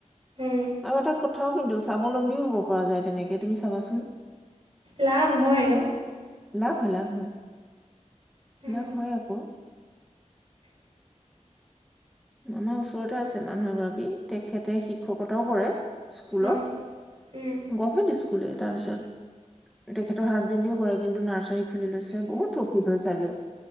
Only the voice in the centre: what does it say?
আৰু এটা ক কথাও কিন্তু স্বাৱলম্বীও হ'ব পৰা যায় তেনেকে তুমি চাবাচোন
লাভ হয়, লাভ হয়
লাভ হয় আকৌ আমাৰ ওচৰতে আছে মানুহ এগৰাকী তেখেতে শিক্ষকতাও কৰে। স্কুলত
গভমেণ্ট স্কুলেই তাৰপিছত তেখেতৰ হাজবেণ্ডেও কৰে কিন্তু নাৰ্চাৰী খুলি লৈছে বহুত প্ৰফিট হয় চাগে